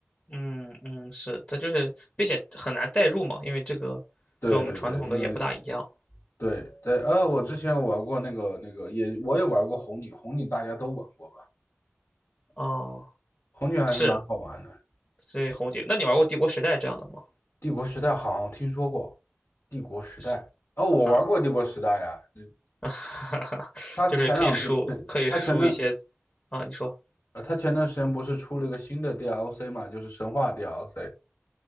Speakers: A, on the left; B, on the left.
A: 嗯嗯，是，这就是，并且很难代入嘛，因为这个跟我们传统的也不大一样。
B: 对对对，因为对对，呃，我之前玩过那个那个也，我也玩过红警，红警大家都玩过吧？
A: 哦。
B: 红警还是蛮好玩的。
A: 是所以红姐，那你玩过《帝国时代》这样的吗？
B: 帝国时代好像听说过，帝国时代哦，
A: 是，
B: 我玩过帝国时代呀。
A: 嗯，
B: 嗯
A: <laughs>
B: 他前两天，
A: 就是可以输，
B: 他前它前段
A: 可以输一些，啊，你说，
B: 呃，它前段时间不是出了一个新的 DLC 嘛，就是神话 DLC。